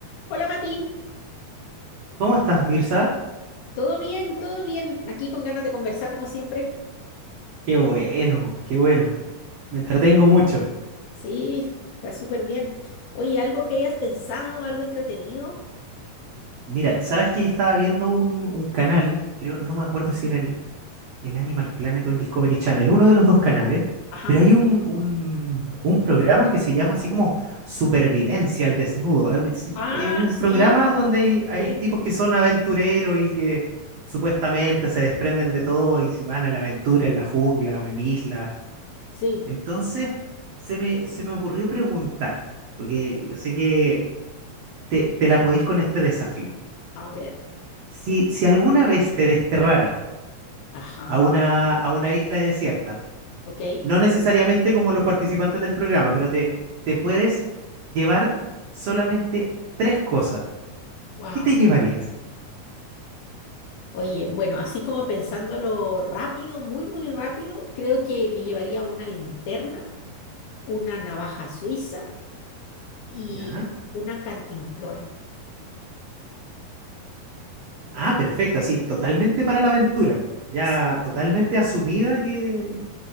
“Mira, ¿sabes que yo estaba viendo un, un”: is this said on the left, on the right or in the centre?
Right